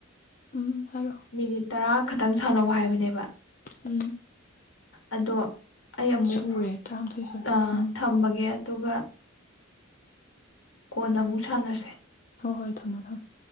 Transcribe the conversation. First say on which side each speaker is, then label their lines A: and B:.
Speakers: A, on the left; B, on the left.
A: ꯎꯝ ꯍꯥꯏꯔꯣ
B: ꯃꯤꯅꯤꯠ ꯇꯔꯥ ꯈ ꯈꯤꯇꯪ ꯁꯥꯟꯅꯧ ꯍꯥꯏꯕꯅꯦꯕ
A: ꯎꯝ
B: ꯑꯗꯣ ꯑꯩ ꯑꯃꯨꯛ
A: ꯁꯨꯔꯦ ꯇꯔꯥꯃꯥꯊꯣꯏ ꯁꯨꯔꯦ
B: ꯑ
A: ꯎꯝ
B: ꯊꯝꯃꯒꯦ ꯑꯗꯨꯒ ꯀꯣꯟꯅ ꯑꯃꯨꯛ ꯁꯥꯟꯅꯁꯦ
A: ꯍꯣꯏ ꯍꯣꯏ ꯊꯝꯃꯣ ꯊꯝꯃꯣ